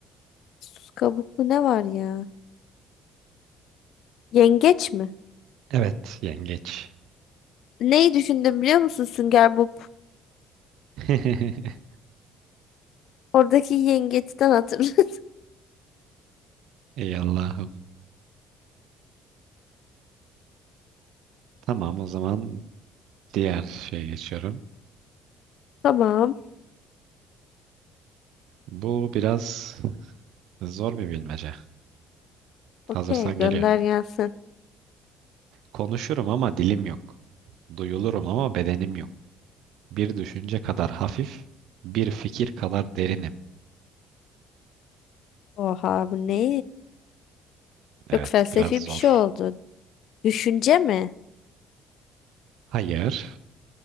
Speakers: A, on the left (about 65°); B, on the right (about 75°).
A: Sus kabuklu ne var ya? Yengeç mi?
B: Evet, yengeç.
A: Neyi düşündüm biliyor musun Sünger Bob?
B: <laughs>
A: Oradaki yengeçten hatırladım.
B: Ey Allah'ım. Tamam o zaman diğer şeye geçiyorum.
A: <laughs> Tamam.
B: Bu biraz Zor bir bilmece.
A: Okey
B: Hazırsan
A: gönder
B: geliyor.
A: gelsin.
B: Konuşurum ama dilim yok. Duyulurum ama bedenim yok. Bir düşünce kadar hafif, bir fikir kadar derinim.
A: Oha bu ne?
B: Evet,
A: Çok felsefi
B: biraz zor.
A: bir şey oldu. Düşünce mi?
B: Hayır.